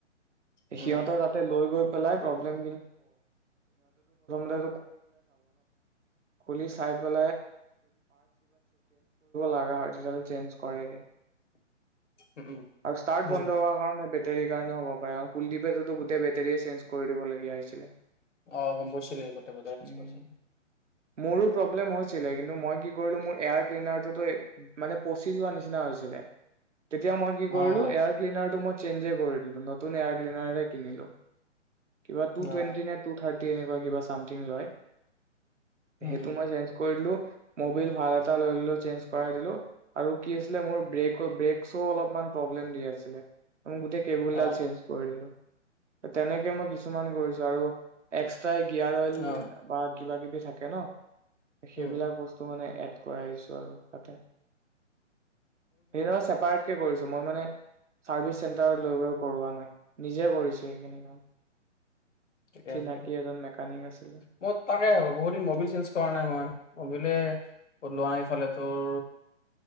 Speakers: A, on the left; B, on the right.
A: উম
B: সিহঁতৰ তাতে লৈ গৈ খুলি কেনে প্ৰব্লেম টো ক কৰিব লগা হয় তোল চেঞ্জ কৰাই দে
A: উম উম
B: আৰু ষ্টাৰ্ট
A: বুজিছো
B: বন্ধ
A: বুজিছো
B: হোৱাৰ কাৰণে বেটাৰ কাৰণও হ'ব পাৰে কাৰণ কুলদ্বীপততো গোটেই বেটাৰীয়ে চেঞ্জ দিবলগীয়া হৈছিলে
A: অ গম পাইছিলি গটে বজাই থৈছে
B: উম মোৰো প্ৰব্লেম হৈছিলে কিন্তু মই কি কৰিলো মোৰ এয়াৰ ক্লিনাৰটোত মানে পচি যোৱাৰ নিচিনা হৈছিলে তেতিয়া মই কি
A: অ অ
B: কৰিলো এয়াৰ ক্লিনাৰ টো মই চেঞ্জে কৰি দিলো নতুন এয়াৰ ক্লিনাৰ কিনিলো কিবা টু
A: অ
B: টুৱেন্টি নে টু থাৰ্টি তে এনেকোৱা কিবা চামথিং লয়
A: উম
B: সেইটো
A: উম
B: মই চেঞ্জ কৰি দিলো মোবাইল ভাল এটা লৈ ললো চেঞ্জ কৰাই দিলো আৰু কি আছিলে মোৰ ব্ৰেক ব্ৰেক শ্ব অলপমান প্ৰব্লেম দি আছিলে মই গোটেই কেবুল
A: অ
B: ডাল চেঞ্জ কৰি দিলো তেনেকে মই কিছুমান কৰিছো আৰু এক্স তাই গিয়াৰ অইল
A: অ
B: বা কিবা কিবি থাকে ন। সেইবিলাক
A: উম
B: বস্তু মানে এড কৰাই দিছো আৰু। তাতে সেই নহয় ছেপাৰেটকে কৰিছো মই মানে চাৰ্ভিচ চেণ্টাৰ লৈ গৈ কৰোৱা নাই। নিজে কৰিছে সেইখিনি
A: ঠিকে
B: চিনাকি
A: আছে,
B: এজন মেকানিক আছিলে
A: মই তাকে বহুত দিন মবিল চেঞ্জ কৰা নাই মই মবিলে লোৱা নাই এইফালে তোৰ